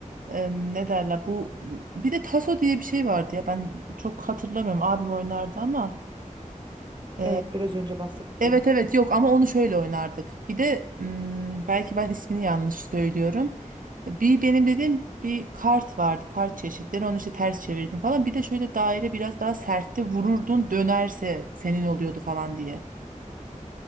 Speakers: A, on the right; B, on the right.
A: e, ne derler bu bir de taso diye bir şey vardı ya ben çok hatırlamıyorum abim oynardı ama Ee,
B: Evet biraz önce bahsettiğim.
A: evet evet yok ama onu şöyle oynardık. Bir de mm, belki ben ismini yanlış söylüyorum. Bir benim dediğim bir kart vardı. Kart çeşitleri onu işte ters çevirdin falan. Bir de şöyle daire biraz daha sertti vururdun dönerse senin oluyordu falan diye.